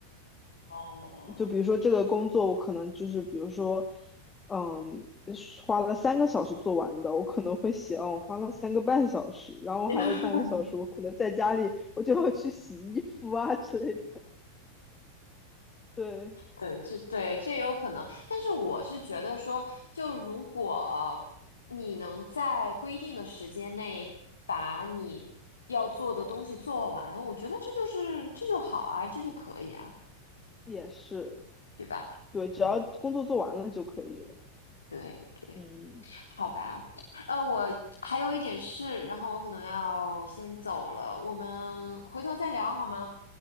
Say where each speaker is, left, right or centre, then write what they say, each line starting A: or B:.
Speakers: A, on the left (about 70°); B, on the left (about 15°).
A: 哦，
B: 就比如说这个工作，我可能就是比如说，嗯，是花了三个小时做完的，我可能会写，嗯，我花了三个半小时，然后还有半个小时，
A: <laughs>
B: 我可能在家里，我就要去洗衣服啊之类的。对，
A: 对，这对这也有可能，但是我是觉得说，就如果你能在规定的时间内把你要做的东西做完，我觉得这就是这就好啊，这就可以啊，
B: 也是，
A: 对吧？
B: 对，只要工作做完了就可以了。
A: 嗯，对对，
B: 嗯，
A: 好吧。呃，我还有一点事，然后我可能要先走了，我们回头再聊好吗？